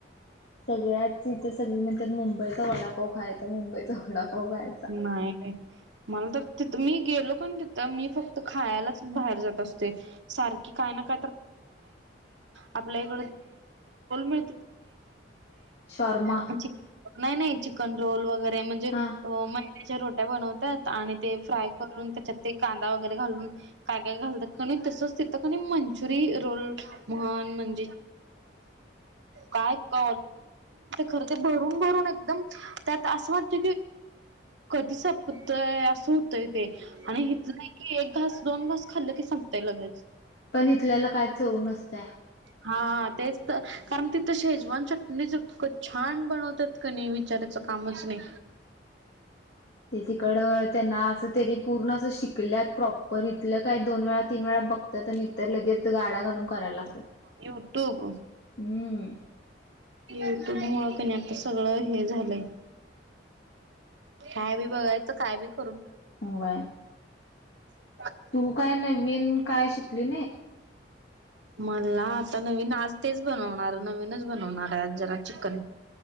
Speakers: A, on the left (about 65°); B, on the right (about 80°).
A: सगळ्याच इथं सगळी म्हणतात मुंबईचा वडापाव खायचा मुंबईचा वडापाव खायचा.
B: नाही मला तर तिथ मी गेलो पण तिथं मी फक्त खायलाच बाहेर जात असते सारखी काय न फ आपल्या इड मि
A: शॉर्मा
B: का नाही नाही चिकन रोल वगैरे म्हणजे
A: हा.
B: म्याच्या रो्या बनवतात आणि ते फ्राय करून त्याच्यात ते कांदा वगैरे घालून काय काय घालतात तसच तिथं मंचुरी रोल ण काय क खर भ भ एकदम त्यात अस वाट कधी संपतय असं होतय ते आणि हेत नाही की एक घास दोन घास खाल्ल की संपंय लगेच
A: पण इथल्याला काय चव नसत
B: हा तेच तर कारण तिथं शेजवान चटणीचकं छान बनवतात क नाही विचारायच कामच नाही
A: ते तिकड त्यांना असं तरी पूर्ण अस शिकल्यात प्रॉपर इथलं काय दोन वेळा तीन वेळा बघतात आणि तर लगेच गाड्या घालून करायला लागतात
B: युट्यूब
A: हम्म
B: युट्यूब मुळ कणी आता सगळं हे झालंय काय बी बघायचं काय बी करून
A: मुबय
B: हम्म
A: तू काय नवीन काय शिकली
B: मला आता नवीन आज तेच बनवणार. नवीनच बनवणार आहे आज जरा चिकन